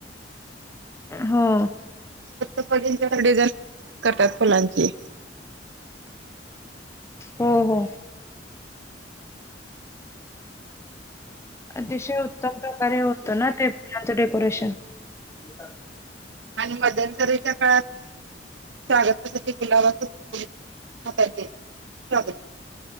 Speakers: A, on the left; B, on the right.
A: हो.
B: सप्तपदींच्या डिझाईन किती छान करतात फुलांची.
A: हो, हो. अतिशय उत्तम प्रकारे होतं ना ते फुलाचं डेकोरेशन. <inaudible>
B: आणि मध्यंतरीच्या काळात कसं स्वागतासाठी गुलाबाच फूल हातात द्यायचे आणि स्वागत करायचे.